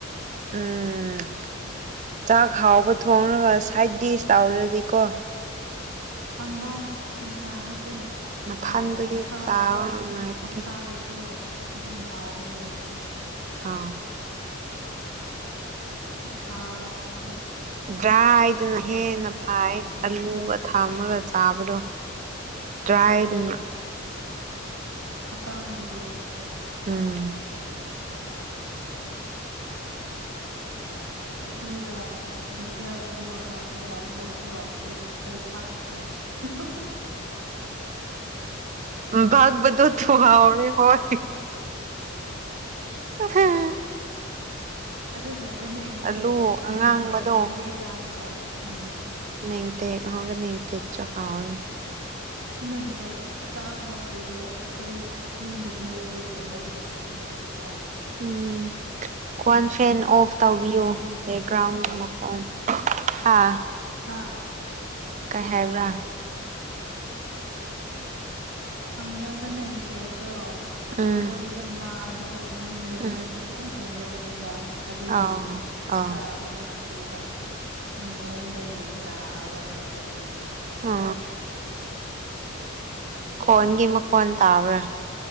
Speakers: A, on the right; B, on the right.
A: ꯎꯝ ꯆꯥꯛ ꯍꯥꯎꯕ ꯊꯣꯡꯉꯒ ꯁꯥꯏꯗꯤ ꯇꯥꯎꯔꯗꯤꯀꯣ
B: ꯍꯪꯒꯥꯝꯪ ꯑ ꯑꯦ
A: ꯃꯊꯟꯗꯗꯤ
B: ꯑꯣꯛꯁꯥꯗ
A: ꯆꯥꯕ ꯅꯨꯡꯉꯥꯏꯇꯦ
B: ꯑꯣꯛꯁꯥꯗꯁꯨ ꯑꯗꯨꯝ ꯍꯥꯎꯕꯅꯦ
A: ꯑꯥꯎ
B: ꯑꯣꯁꯥ
A: ꯗ꯭ꯔꯥꯏꯗꯨꯅ ꯍꯦꯟꯅ ꯐꯥꯏ
B: ꯆꯥꯕꯗꯨꯀꯣ
A: ꯑꯂꯨꯒ ꯊꯝꯔꯒ ꯆꯥꯕꯗꯣ ꯇ꯭ꯔꯥꯏꯅ
B: ꯍꯣꯏ ꯑꯀꯥꯡꯕꯗꯣ
A: ꯎꯝ
B: ꯑꯗꯨꯗ ꯂꯣꯀꯦꯜ ꯑꯂꯨ ꯍꯥꯞꯄꯒ ꯑꯣꯛꯇ꯭ꯔꯣ ꯐꯩꯄꯥꯛꯥꯛ ꯃꯣꯏ <unintelligible>
A: ꯒꯕꯣ ꯊ
B: ꯌꯥꯝ
A: ꯋꯥꯎꯅꯤ
B: ꯍꯥꯎ
A: ꯍꯣꯏ ꯍꯝ
B: ꯑꯗꯨꯒ ꯒꯅ ꯇꯦꯛ
A: ꯑꯂꯨ
B: ꯒꯅ
A: ꯑꯉꯥꯡꯕꯗꯣ
B: ꯇꯦꯛ ꯀꯨꯏꯔꯦ ꯆꯥꯗꯕ ꯎꯝ
A: ꯅꯇꯦꯛ ꯍꯧꯒ ꯅꯤꯡꯇꯦꯛ ꯆꯍꯥꯎꯔꯦ
B: ꯍꯅꯪꯇꯛ ꯆꯥꯗꯕ ꯀꯨꯏꯔꯦ ꯑꯩꯈꯣꯏ ꯌꯨꯝꯗꯗꯤ ꯑꯗꯨꯒꯨꯝꯕꯗꯣ ꯁꯦꯝꯅꯦꯦꯕ
A: ꯎꯝ ꯀꯣꯟ ꯐꯦꯟ ꯑꯣꯐ ꯇꯧꯕꯤꯌꯣ
B: ꯁꯨꯡꯁꯦꯝ ꯁꯦꯝꯗꯕꯅꯦꯕ
A: ꯕꯦꯛꯒ꯭ꯔꯥꯎꯟ ꯃꯈꯣꯟ ꯑꯥ
B: ꯍꯥꯥ
A: ꯀꯩ ꯍꯥꯏꯕ꯭ꯔꯥ
B: ꯍꯪꯒꯗ ꯍꯡ ꯇ ꯑꯦꯒꯗꯣ
A: ꯎꯝ
B: ꯏꯃꯥꯗꯣ ꯌꯨꯝꯗꯗꯤ
A: ꯎꯝ
B: ꯁꯨꯡꯁꯦꯝ ꯁꯦꯝꯗꯕꯅꯦꯕ ꯑꯗꯨꯒꯤ
A: ꯑꯥ ꯑꯥ
B: ꯆꯥꯕ ꯐꯪꯗꯦꯕ ꯃꯤꯉꯣꯟꯗꯒꯤ ꯆꯥꯕ ꯅꯠꯇ꯭ꯔꯗꯤ
A: ꯑ ꯀꯣꯟꯒꯤ ꯃꯈꯣꯟ ꯇꯥꯕ꯭ꯔꯥ